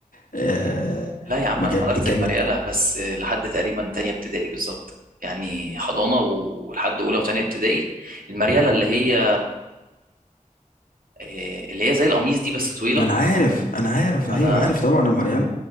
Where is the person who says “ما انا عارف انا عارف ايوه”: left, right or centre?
Left